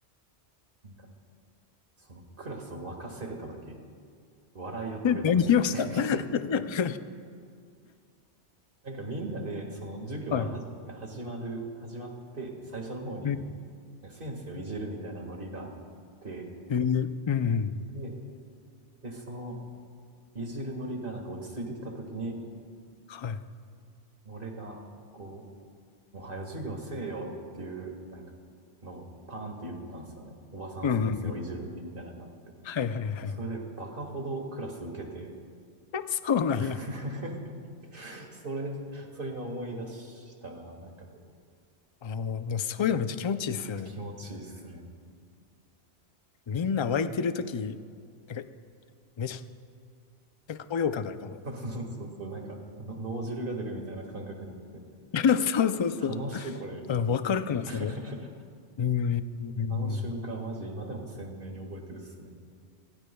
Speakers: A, on the right (about 50°); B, on the left (about 50°).
A: なんか、そのクラスを沸かせれた時、笑いを取れた時。
B: <laughs> 何をしたの
A: <laughs>
B: <laughs>
A: なんかみんなで、その授業はじが始まる、
B: はい。
A: 始まって、最初の方に、
B: うん
A: なんか先生をいじるみたいなノリがあって、
B: えーうんうん
A: で、で、その、いじるノリがなんか落ち着いてきたときに、
B: はい。
A: 俺が、こう、もう早授業せえよっていう、なんか、のをパーンって言ったんですよね。おばさん先生をいじるノリみたいなのがあって。
B: うんうんうんはいはいはい。
A: それで、バカほどクラス受けて
B: <laughs> そうなんや。
A: <laughs> それ、それ今思い出したな。なんか、
B: あの、でもそういうのめっちゃ気持ちいいっすよね。
A: 気持ちいいっすね。
B: みんな湧いてるとき、なんか、めちゃ高揚感があるかも。
A: <laughs> そうそうそう、なんかの、脳汁が出るみたいな感覚になって、
B: <laughs> そうそうそう。
A: 楽しいこれみたいな。
B: あ、わかるかも、それ。
A: <laughs>
B: うん。うんうん
A: あの瞬間、マジ、今でも鮮明に覚えてるっすね。